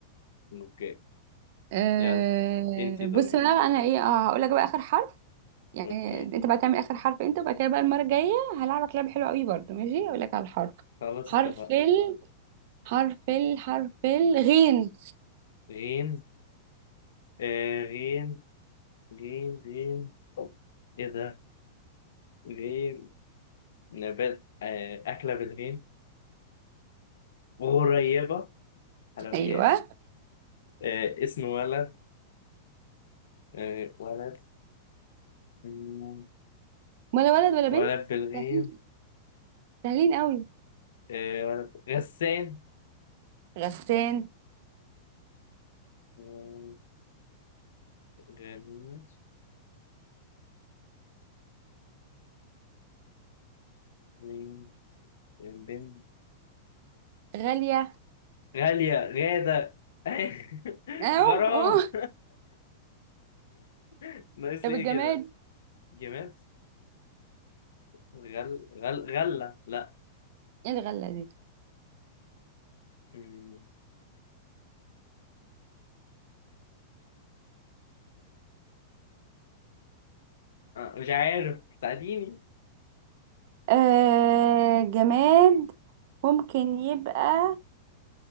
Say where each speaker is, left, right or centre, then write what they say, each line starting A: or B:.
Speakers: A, on the left; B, on the right.
A: اوكي
B: أه
A: يلا انتي دورك
B: بص بقى انا ايه آه، هقول لك بقى اخر حرف يعني
A: اوكي
B: انت بقى تعمل اخر حرف انت وبعد كده بقى المره الجايه هلعبك لعبه حلوه قوي برضه ماشي اقول لك على الحرف
A: خلاص
B: حرف
A: اتفقنا
B: ال حرف ال حرف الغين
A: غين آه غيم غيم غيم ايه ده غيم نبات آه أكلة بالغيم غريبة حلويات
B: ايوه
A: آه اسم ولد آه ولد مم،
B: ولا ولد ولا بنت
A: ولد بالغيم
B: سهلين سهلين قوي
A: آه ولد غسان
B: غسان
A: آه، غنوش غيم بنت
B: غاليه
A: غالية غادة <laughs>
B: اهو
A: غرام
B: اهو
A: <laughs> ناقص
B: طب
A: ليه
B: الجماد
A: كده جمال غل غل غلة لا
B: ايه الغله دي
A: مم. مش عارف ساعديني
B: أه جماد ممكن يبقى